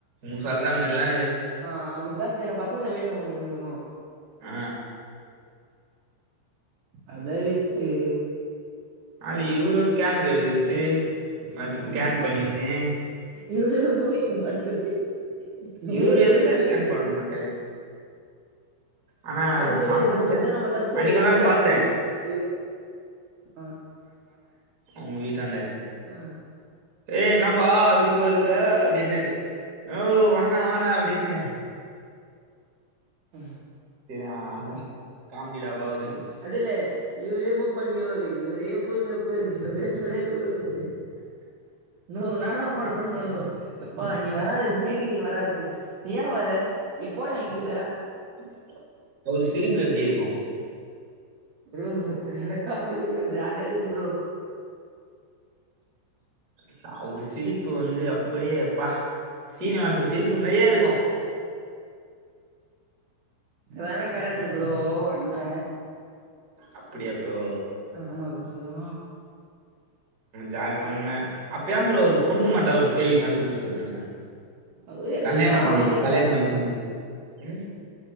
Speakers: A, on the right; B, on the right.
A: உ சொல்றா மர்லா
B: ஆ அப்டிதா செய்யனு பசங்கள மேயின்டென் பண்ணணு
A: ஆ
B: அத விட்டு
A: அல்லி இவுரு ஸ்கேனர் எடுக்கரத்து <unintelligible> ஸ்கேன் பண்ணிகின்னு
B: இவரே மூடிக்கிட்டு பண்றது இவரா
A: இவரு எதுக்குடா
B: பொருளெடுத்து போய்
A: ஸ்கேன்
B: வைக்குரது
A: பண்ண கேக்குறே ஆனா
B: அது கெடையாது
A: செம்ம
B: கொஞ்சோ
A: ஜா
B: நம்ம கத்துரதே
A: அன்னைக்கு ஒரு நாள்
B: வேல
A: பாத்தே
B: ஆவாது இவர் ஆ
A: ஒங்க வீட்டாண்ட
B: ஆ
A: ஏய் என்னப்பா இப்டி போயிருக்கற அப்படின்னாரு னோ வானா வானா அப்படின்ன
B: ஹ்
A: <unintelligible> ஆனந்த் காமெடிடா <unintelligible>
B: அதுலே இவரே மூவ் பண்ணிவாரு இவரு ப்ப இருது அப்போ இருக்கு ஒரே தொலைல விடது னோ நானா பண்றன் ஒனக்கு எப்பா நீ வராத இந்த லைனுக்கு நீ வராது நீ ஏ வர நீ போயே இங்கிருந்து
A: <inaudible> அவரு சிரிப்பு எப்டி இருக்கு
B: ஃப்ரோ சரியான காமெடி ஃப்ரோ ஜாலியா இருக்கு ஃப்ரோ
A: ச அவ்ரு சிரிப்பு வந்து அப்படியே ப்பா சீனிவாசன் சிரிப்பு மாரியே இருக்கு
B: செல நேரொ கால ட்ரி ப்ரோ அண்ண
A: அப்டியா ப்ரோ
B: ஆமா ப்ரோ
A: ஜால் ஃபன் அப்ப ஏம் ப்ரோ அவ்ருக் பொண்ணு மாட்ட தெரிய கண்டுபுச்சு குத்துருங்கண்ண
B: அவரு எங்க
A: கல்யாணம்
B: காமெடி
A: பண்ணமா கல்யாணம் வயச வந்துச்சு ம்